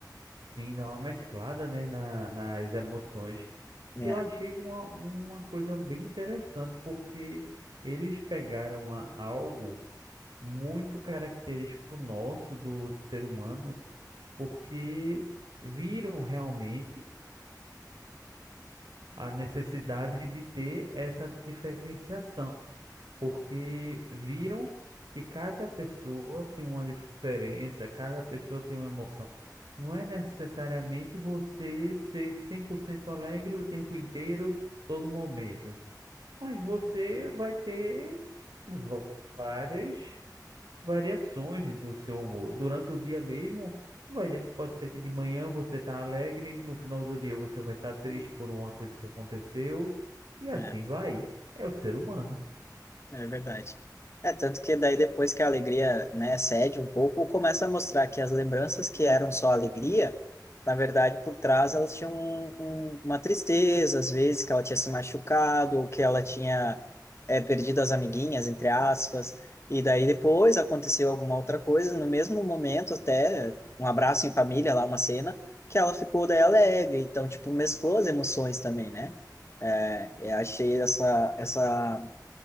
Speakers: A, on the right; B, on the left.
A: Sim, dá uma mesclada, né, na, nas emoções,
B: É.
A: que eu achei uma, uma coisa bem interessante, porque eles pegaram a- algo muito característico nosso do ser humano, porque viram realmente a necessidade de ter essa diferenciação, porque viram que cada pessoa tem uma diferença, cada pessoa tem uma emoção. Não é necessariamente você ser 100% alegre o tempo inteiro, todo momento, mas você vai ter va- várias variações do seu humor. Durante o dia mesmo, vai, pode ser que de manhã você tá alegre, no final do dia você vai estar triste por uma coisa que aconteceu, e assim
B: É.
A: vai. É o ser humano.
B: É verdade. É tanto que daí depois que a alegria, né, cede um pouco, começa a mostrar que as lembranças que eram só alegria, na verdade, por trás elas tinham um- um- uma tristeza, às vezes que ela tinha se machucado, ou que ela tinha é, perdido as amiguinhas, entre aspas, e daí depois aconteceu alguma outra coisa, no mesmo momento até um abraço em família, lá uma cena, que ela ficou daí alegre, então, tipo, mesclou as emoções também, né? É, eu achei essa, essa